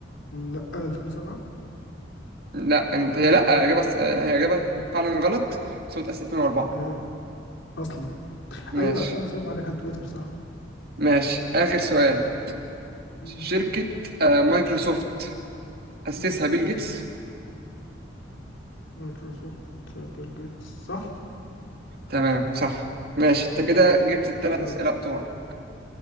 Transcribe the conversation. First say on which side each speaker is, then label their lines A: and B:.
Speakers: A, on the left; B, on the right.
A: لا 2007
B: لا انت هي لا اجابه هي اجابه فعلا غلط بس هو اتأسس 2004
A: ايه اصلا
B: ماشي
A: ايوه 2007 ده كان تويتر صح
B: ماشي اخر سؤال
A: امم
B: شركه آه، مايكروسوفت أسسها
A: امم
B: بيل جيتس
A: مايكروسوفت بيل جيتس صح
B: تمام صح ماشي انت كده جبت الثلاث
A: طيب
B: اسئله بتوع